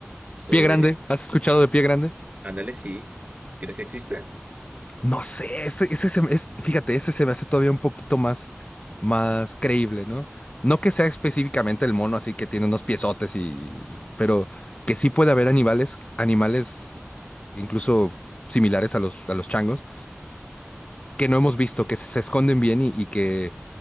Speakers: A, on the right; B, on the left.
A: sobre
B: Pie grande, ¿has escuchado de pie grande?
A: Ándale, sí. ¿Crees que existe?
B: No sé, ese, ese se me- es, fíjate, ese se me hace todavía un poquito más, más creíble, ¿no? No que sea específicamente el mono así que tiene unos piezotes y, pero que sí puede haber animales, animales incluso similares a los, a los changos, que no hemos visto, que se, se esconden bien y, y que,